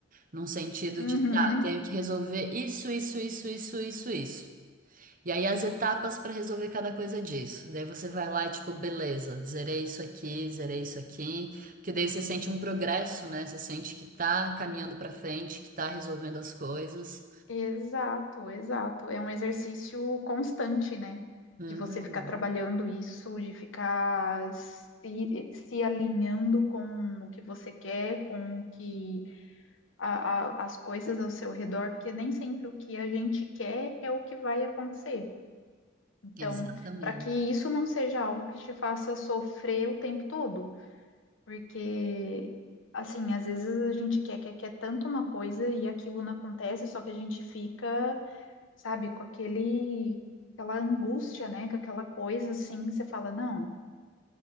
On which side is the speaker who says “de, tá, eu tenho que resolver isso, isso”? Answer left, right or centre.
Right